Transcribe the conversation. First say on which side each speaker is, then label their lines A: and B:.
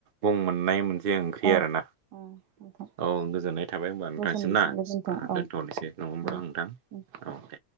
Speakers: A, on the right (about 85°); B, on the right (about 65°).
A: बुं मोननाय मोनसे ओं ख्रि
B: औ
A: आरो ना।
B: नोंथां
A: औ गोजोननाय थाबाय होनोमबा नोंथांसिम
B: गोजोन
A: ना
B: गोजोनथों औ
A: दोन्थ'नोसै नङा होमबा
B: औ
A: आं नोंथां
B: <inaudible>
A: औ दे